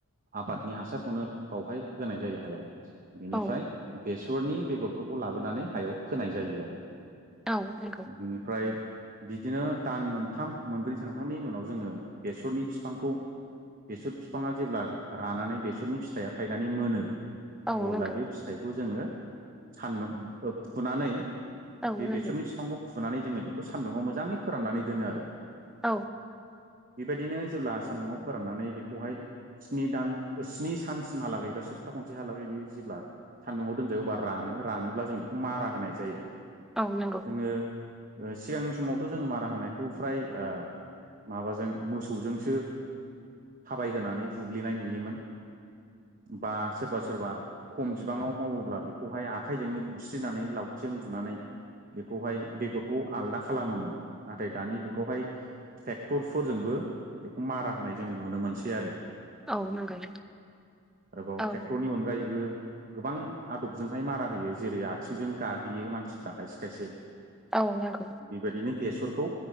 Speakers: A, on the right (about 40°); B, in the centre.
A: आबादनि हासारखौनो बावहाय होनाय जायो हायाव। बेनिफ्राय
B: औ
A: बेसरनि बेगरफोरखौ लाबोनानै हायाव फोनाय जायो आरो।
B: औ नंगौ
A: बिनिफ्राय बिदिनो दान मोनथाम मोनब्रै थांखांनायनि उनाव जोंङो बेसरनि बिफांखौ बेसर बिफांङा जेब्ला रानानै बेसरनि फिथाइया थायनानै मोनो
B: औ
A: अब्ला
B: नंगौ
A: बे फिथाइखौ जोंङो सानदुं फुनानै
B: औ
A: बे
B: नंगौ
A: बेसरनि बिफांखौ फुनानै जोंङो बेखौ सान्दुंङाव मोजांङै फोराननानै दोनो आरो
B: औ
A: बेबायदिनो जेब्ला सान्दुंआव फोराननानै बेखौहाय स्नि दान ओ स्नि सानसिमहालागैबा सप्ता खनसे हालागै बेयो जेब्ला सान्दुंआव दोनजायो अब्ला रानो रानोब्ला जों बेखौ मारा होनाय जायो।
B: औ नंगौ
A: जोङो ओ सिगांनि समावथ' जोंङो मारा होनायखौ फ्राय ओ माबाजों मोसौजोंसो थाबायहोनानै बुग्लिनाय नुयोमोन। बा सोरबा सोरबा खम बिबांङाव मावोब्ला बेखौहाय आखाइजोंनो बुस्रिनानै लावथि जों बुनानै बेखौहाय बेगरखौ आलदा खालामोमोन नाथाय दानि जुगावहाय ट्रेक्टर फोरजोंबो बेखौ मारा होनाय जोंङो नुनो मोनसै आरो
B: औ नंगौ
A: आरोबाव
B: औ
A: ट्रेक्टरनि अनगायैबो गोबां आदबजोंहाय मारा होयो जेरै आथिंजों गाग्लियो मानसिफ्रा खायसे खायसे
B: औ नंगौ
A: बेबायदिनो बेसरखौ